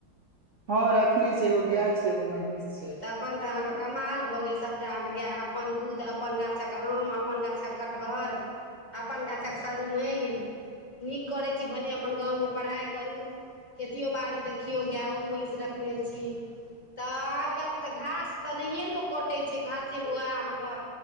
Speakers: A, on the right (about 45°); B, on the left (about 20°).
A: हँ रखने छै। एगो गाय छै, एगो महींष छै।
B: अखन ते अहाँके कमाल भऽ गेलै सबटा, अहाँके गाय अपन दूध, अपन गाछक आम, अपन गाछक कटहर अपन गाछक सजमनि नीक करैत छी भने अपन गाममे पढ़ाइ करू। खेतो बाड़ी देखियौ, गायो महीष रखने छी तऽ आब। आइ काल्हिमे तऽ घास तऽ नहिये लोको कटै छै, घासेएह अहाँके।